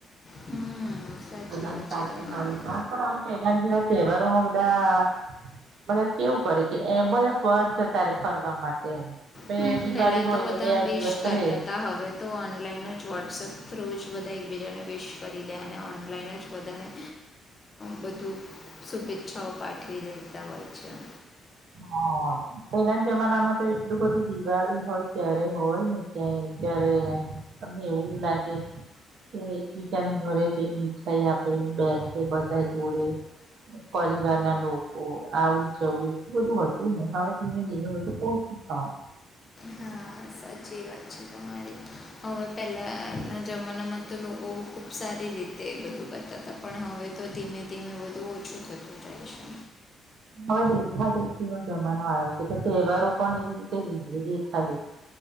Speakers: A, on the left; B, on the right.
A: હમ સાચી
B: બધા
A: વાત
B: સાથે
A: છે તમારી
B: પણ પલા જેવા તહેવારોમાં બધા બ કેવું કરે કે એ બધા ફર્ છે તારે ફરવા માટે એમ બે
A: હમ
B: દિવાળી
A: પેલા
B: હોય
A: તો બધા
B: બે
A: વિશ
B: દિવસ
A: કરતા
B: રે
A: હતા હવે તો ઓનલાઈન જ વોટ્સઅપ થ્રુ જ બધા એકબીજાને વિશ કરી દે અને ઓનલાઈન જ બધાને બધું પી્છાઓ પાઠવી દેતા હોય છે
B: હા પહેલાના જમાનામાં તો એટલું બધું દિવાળી હોય ક્યારે હોય ને ક્યાંય જ્યારે તમને એવું લાગે કે એકબીજાનું ઘરે જઈ મીઠાઈ આપે બે બધા જોડે પરિવાર ના લોકો આવું જવું બધું હતુંવે ધીમે ધીમે બધું પછું
A: હા સાચી વાત છે તમારી હવે પહેલાના જમાનામાં તો લોકો બ ખૂબ સારી રીતે બધું કરતા હતા પણ હવે તો ધીમે ધીમે બધું ઓછું થતું જાય છે
B: હમ હવે દેખા દેખી નો જમાનો આવ્યો છે તો તહેવારો પણ એવી રીતે જ દેખા દેખ